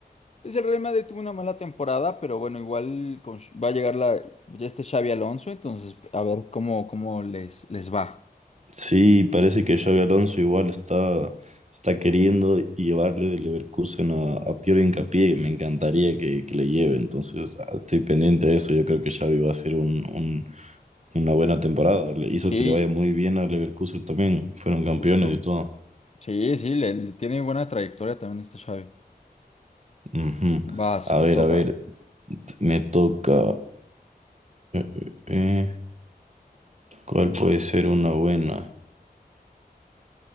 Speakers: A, on the left; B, on the right.
A: pues el Real Madrid tuvo una mala temporada, pero bueno, igual con- va a llegar la, ya este Xavi Alonso, entonces a ver cómo, cómo les, les va.
B: Sí, parece que Xabi Alonso igual está, está queriendo llevarle de Leverkusen a, a Piero Hincapié. Me encantaría que, que le lleve, entonces ah, estoy pendiente de eso. Yo creo que Xavi va a hacer un, un- una buena temporada. Le hizo
A: Sí,
B: que le vaya muy bien a Leverkusen también. Fueron
A: justo.
B: campeones y todo.
A: Sí, sí, le, le tiene buena trayectoria también este Xavi.
B: Ujú.
A: Vas,
B: A ver,
A: te toca.
B: a ver, t- me toca... eh, eh, eh, ¿cuál puede ser una buena?